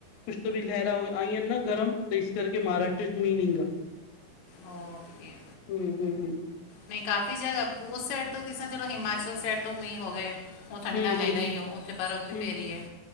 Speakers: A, on the left (about 85°); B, on the left (about 70°).
A: ਕੁੱਛ ਤਾਂ ਵੀ ਲਹਿਰਾ ਆਈਆਂ ਨਾ ਗਰਮ ਤੇ ਇਸ ਕਰਕੇ ਮਹਾਰਾਸ਼ਟਰ ਚ ਮੀਂਹ ਨੀ ਗਾ।
B: ਔਕੇ
A: ਹਮ, ਹਮ, ਹਮ
B: ਨਹੀਂ ਕਾਫੀ ਜਗ੍ਹਾ ਉਸ ਸਾਈਡ ਤੋਂ ਕਿਸ ਤਰਾਂ ਚਲੋ ਹਿਮਾਚਲ ਸਾਈਡ ਤੋਂ ਮੀਹ ਹੋ ਗਏ। ਉਹ ਠੰਡਾ
A: ਹੂੰ-ਹੂੰ,
B: ਹੈਗਾ ਈ ਐ, ਉੱਥੇ ਬਰਫ਼ ਵੀ
A: ਹੂੰ
B: ਪੈ ਰਹੀ ਐ।